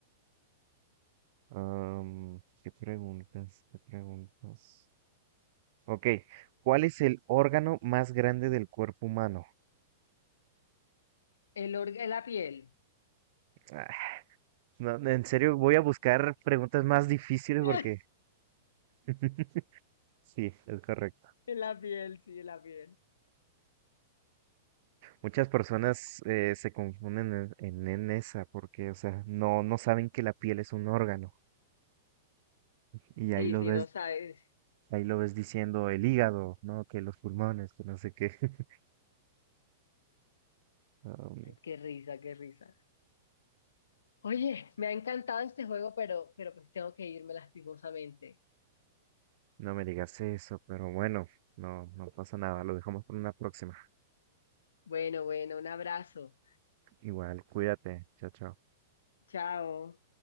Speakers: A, on the right (about 55°); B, on the left (about 85°).
A: Am, ¿qué preguntas? ¿Qué preguntas? Ok. ¿Cuál es el órgano más grande del cuerpo humano?
B: El orga- la piel.
A: Ah, no, en serio, voy a buscar preguntas más difíciles
B: <laughs>
A: porque... <laughs> Sí, es correcto.
B: En la piel, sí, en la piel.
A: Muchas personas eh, se confunden en, en, en esa porque, o sea, no, no saben que la piel es un órgano y ahí
B: Sí,
A: lo
B: sí,
A: ves,
B: no sabes.
A: ahí lo ves diciendo el hígado, ¿no? Que los pulmones, que no sé qué. <laughs> Um,
B: Qué risa, qué risa. Oye, me ha encantado este juego, pero, pero pues tengo que irme lastimosamente.
A: no me digas eso, pero bueno, no, no pasa nada, lo dejamos por una próxima.
B: Bueno, bueno, un abrazo.
A: Igual, cuídate, chao, chao.
B: Chao.